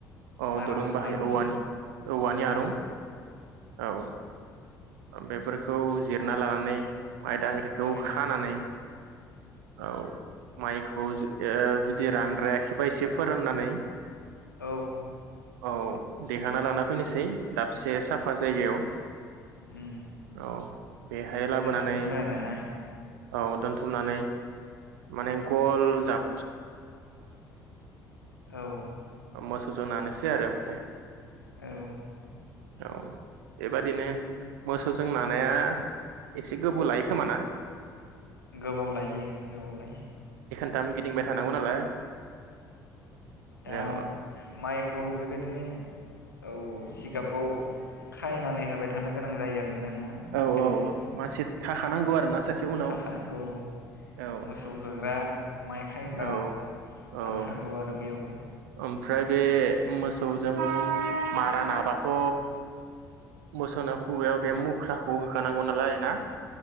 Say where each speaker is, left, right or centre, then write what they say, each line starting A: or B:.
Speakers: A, on the right; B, on the left.
A: औ
B: आरो
A: दुरुं बाहायो
B: आरं
A: औवानि
B: आरं
A: औवानि
B: औ
A: आरुं औ बेफोरखौ जिरना लानानै माइदांग्रिखौ
B: औ
A: खानानै औ माइखौ जु जुदि रानद्रायाखैबा एसे फोराननानै
B: औ
A: औ दैखांना लाना फैनोसै दाबसे साफा जायगायाव
B: उम
A: औ बेहाय लाबोनानै
B: दोनथुमो आरोना
A: औ दोनथुमनानै माने गल जाब
B: औ
A: मोसौ जों नानैसै आरो ओमफ्राय
B: औ
A: औ एबाद दिनो मोसौजों ना नाया एसे गोबाव लायो खोमा ना
B: गोबाव लायो गोबाव लायो
A: दाम गिद दिंबाय थानांगौ नालाय औ
B: आ माइखौ बेबायदिनो औ जिगाबखौ खायनानै होबाय थानो गोनां जायो ना
A: औ
B: हुकेनजों
A: औ औ मानसि थाखानांगौ आरोना सासे उनाव
B: थाखानांगौ
A: औ
B: मोसौ होग्रा माइ खायग्रा
A: औ
B: नांखागौ
A: औ
B: आरो बेयावबो।
A: ओमफ्राय बे मोसौजों मारा नाबाथ' मोसौनो खुगायाव बे मुख्राखौ होखानांगौ नालाय ना?